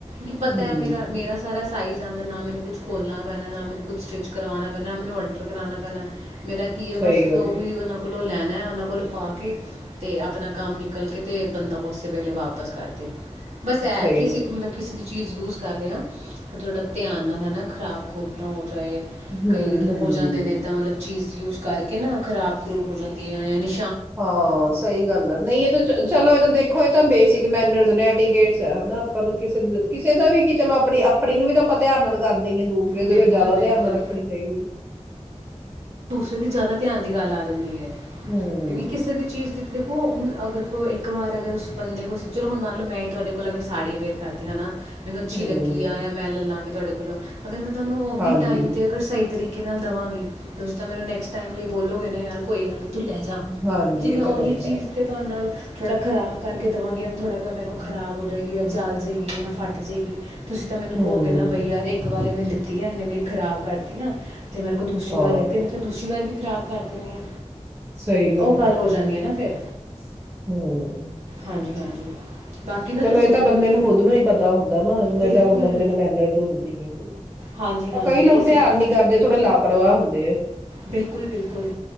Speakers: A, on the right (about 65°); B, on the right (about 20°).
A: ਕਿ ਪਤਾ
B: ਹੂੰ।
A: ਹੈ ਮਰਾ ਮਰਾ ਸਾਰਾ ਸਾਈਜ਼ ਆਉਂ ਨਾ ਮੈਨੂੰ ਕੁਛ ਖੋਲਣਾ ਪੈਣਾ ਨਾ ਮੈਨੂੰ ਕੁਛ ਸਟਿਚ ਕਰਵਾਉਣਾ ਪੈਣਾ ਨਾ ਮੈਨੂੰ ਅਲਟਰ ਕਰਵਾਉਣਾ ਪੈਣਾ ਮੇਰਾ ਕੀ ਹੈ ਬਸ
B: ਸਹੀ ਗੱਲ
A: ਉਹੀ ਉਹਨਾਂ ਕੋਲ ਲੈਣਾ ਹੈ ਉਹਨਾਂ ਕੋਲ ਪਾ ਕੇ ਤੇ ਆਪਣਾ ਕੰਮ ਨਿਕਲ ਕੇ ਤੇ ਬੰਦਾ ਉਸੇ ਵੇਲੇ ਵਾਪਸ ਕਰ ਦੇ ਬਸ ਇਹ
B: ਸਹੀ
A: ਕਿ ਅਸੀਂ
B: ਗੱਲ
A: ਮਤਲਬ ਕਿਸੇ ਦੀ ਚੀਜ਼ ਯੂਜ਼ ਕਰ ਰਹੇ ਹਾਂ ਪਰ ਥੋੜ੍ਹਾ ਧਿਆਨ ਨਾਲ ਹੈ ਨਾ ਖ਼ਰਾਕ ਖੂਬ ਨਾਲ ਹੋ ਚਾਹੇ
B: ਹੂੰ-ਹੂੰ।
A: ਕਈ ਹੋ ਜਾਂਦੇ ਨੇ ਇੱਦਾਂ ਮਤਲਬ ਚੀਜ਼ ਯੂਜ ਕਰਕੇ ਨਾ ਖ਼ਰਾਬ ਖੂਬ ਪੂਰਦੀਆਂ ਯਾਨੀ
B: ਹਾਂ ਸਹੀ ਗੱਲ ਆ ਨਹੀਂ ਇਹ ਤਾਂ ਚਲੋ ਇਹ ਤਾਂ ਦੇਖੋ ਇਹ ਤਾਂ ਬੇਸਿਕ ਮੈਨਰ ਨੇ ਹਨਾ ਆਪਾਂ ਨੂੰ ਕਿਸੇ ਕਿਸੇ ਦਾ ਵੀ ਕਿ ਚਲੋ ਆਪਣੀ ਆਪਣੀ ਨੂੰ ਵੀ ਆਪਾਂ ਧਿਆਨ ਨਾਲ ਕਰਦੇ ਹੀ ਆ ਦੂਸਰੇ ਦੇ
A: ਬਿਲਕੁਲ
B: ਫਰ ਜ਼ਿਆਦਾ
A: ਬਿਲਕੁਲ
B: ਧਿਆਨ ਨਾਲ ਰੱਖਣੀ ਚਾਹੀਦੀ ਹੈ
A: ਅਤੇਦੀ ਜ਼ਿਆਦਾ ਧਿਆਨ ਦੀ ਗੱਲ ਆ ਜਾਂਦੀ ਹੈ
B: ਹਮ
A: ਵੀ ਵੀ ਕਿਸੇ ਦੀ ਚੀਜ਼ ਦਿੱ ਦੇਖੋ ਹੁਣ ਅਗਰ ਕੋਈ ਇੱਕ ਵਾਰ ਅਗਰ ਉਸ ਬੰਦੇ ਕੋਲ ਚਲੋ ਹੁਣ ਮੰਨ ਲਓ ਮੈਂ ਹੀ ਤੁਹਾਡੇ ਕੋਲ ਅਗਰ ਸਾੜੀ ਅਵੇਅਰ ਕਰਦੇ ਹ ਹੈ ਨਾ ਮੈਨੂੰ ਅੱਛੀ
B: ਹਮ
A: ਲੱਗੀ ਆ ਜਾਂ ਮੈਂ ਲੈ ਲਾਂਗੇ ਤੁਹਾਡੇ ਕੋਲੋਂ ਅਗਰ ਮੈਂ ਤੁਹਾਨੂੰ ਉਹੀ
B: ਹਾਂਜੀ
A: ਟਾਈਮ ਤੇ ਅਗਰ ਸਹੀ ਤਰੀਕੇ ਕਿ ਨਾਲ ਦੇਵਾਂਗੀ ਤੁਸੀਂ ਤਾਂ ਮੈਨੂੰ ਨੈਕਸਟ ਟਾਈਮ ਲਈ ਬੋਲੋਗੇ ਨਾ ਯਾਰ ਕੋਈ ਗੱਲ ਨਹੀਂ ਤ ਲੈ ਜਾ
B: ਹਾਂਜੀ
A: ਜੇ ਮੈਂ
B: ਇਹ
A: ਉਹੀ
B: ਤਾਂ ਗੱਲ
A: ਚੀਜ਼
B: ਹੈ
A: ਤਾਂਤੇ ਤੁਹਾਡੇ ਨਾਲ ਥੋੜ੍ਹਾ ਖ਼ਰਾਬ ਕਰਕੇ ਦੇਵਾਂਗੀ ਮ ਥੋੜ੍ਹਾ ਕੋ ਮੇਰੇ ਕੋਲ ਖਰਾਬ ਹੋ ਜਾਵੇਗੀ ਜਾਂ ਜਲ ਜਾਵੇਗੀ ਜਾਂ ਫੱਟ ਜਾਵੇਗੀ ਤੁਸੀਂ ਤਾਂ ਮੈਨੂੰ
B: ਹਮ
A: ਹੋ ਗਏ ਨਾ ਬਾਈ ਯਾਰ ਇੱਕ ਵਾਰ ਇਹਨੇਿੱ ਕੀਤੀਤੀਆਂ ਇਹਨੇ ਮਰੀ ਖਰਾਬ ਕਰਦੀਆਂ ਜੇ ਮੇਰੇ ਕੋ ਦੂਸਰੀ
B: ਹਾਂ
A: ਵਾਰ ਲੇਦੇ ਨੇ ਤਾਂ ਦਸਰੀ ਵਾਰ ਵੀ ਖ਼ਰਾਬ ਕਰ ਦਿੰਦੇ ਹ
B: ਸਹੀ
A: ਉਹ ਗੱਲ
B: ਹੈ
A: ਹੋ ਜਾਂਦੀ ਹੈ ਨਾ ਫੇਿਰ
B: ਹਮ
A: ਹਾਂਜੀ ਹਾਂਜੀ ਬਾਕੀ ਨਾ
B: ਚਲੋ
A: ਤੁਸੀਂ
B: ਇਹ
A: ਮੈਨੂੰ
B: ਤਾਂ ਬੰਦੇ ਨੂੰ ਖੁਦ ਨੂੰ ਹੀ ਪਤਾ ਹੁੰਦਾ ਨਾ ਨਹੀਂ
A: ਬਿਲਕੁਲ
B: ਤਾਂ ਬੰਦੇ ਨੂੰ ਮਿਨਤ ਹੁੰਦੀ ਆ
A: ਹਾਂਜੀ ਹਾਂਜੀ
B: ਕਈ ਲੋਕ
A: ਕਿ ਅਸੀਂ
B: ਧਿਆਨ ਨੀ ਕਰਦੇ ਥੋੜਾ ਲਾਪਰਵਾਹ ਹੁੰਦੇ ਅਤੇ
A: ਬਿਲਕੁਲ ਬਿਲਕੁਲ